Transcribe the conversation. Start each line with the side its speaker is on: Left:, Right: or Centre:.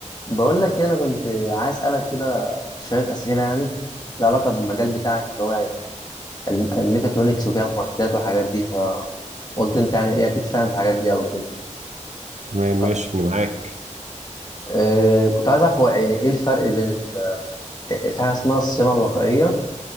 Left: بقول لك إيه، انا كنت عايز اسالك كده شويه اسئله يعني لها علاقه بالمجال بتاعك اللي هو يعني الم- الميكاترونكس وكده المعدات والحاجات دي فقلت انت يعني ايه اكيد فاهم في الحاجات دي قوي كده
Right: تمام
Left: ف-
Right: ماشي انا معاك
Left: آه، كنت عايز اعرف هو يعني ايه الفرق بين ال- آه، في حاجه اسمها الصيانه الوقائيه